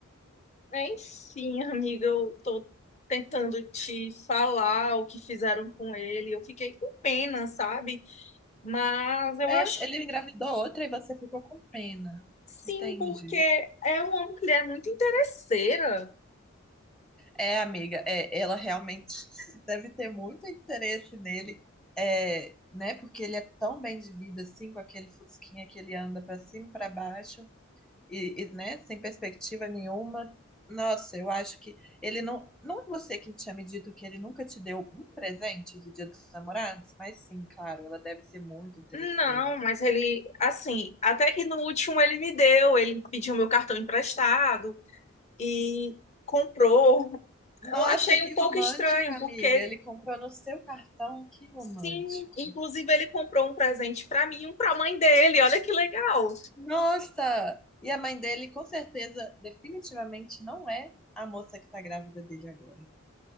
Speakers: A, on the left (about 30°); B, in the centre.
A: Enfim, amiga, eu tô tentando te falar o que fizeram com ele. Eu fiquei com pena, sabe? Mas eu
B: É,
A: acho que
B: ele engravidou outra e você ficou com pena.
A: sim,
B: Entendi.
A: porque é uma mulher muito interesseira.
B: É, amiga, é, ela realmente <laughs> deve ter muito interesse nele, é, né? Porque ele é tão bem de vida assim, com aquele fusquinha que ele anda pra cima e pra baixo. e, e, né, sem perspectiva nenhuma. Nossa, eu acho que ele não. Não é você que tinha me dito que ele nunca te deu um presente de Dia dos Namorados, mas sim, claro, ela deve ser muito interesseira.
A: Não, mas ele, assim, até que no último ele me deu, ele pediu meu cartão emprestado e comprou.
B: Nossa,
A: Eu achei
B: que
A: um pouco
B: romântico,
A: estranho,
B: amiga.
A: porque
B: Ele comprou no seu cartão, que romântico.
A: sim, inclusive ele comprou um presente pra mim e um pra mãe dele. Olha que legal.
B: Nossa! E a mãe dele, com certeza, definitivamente não é a moça que tá grávida dele agora.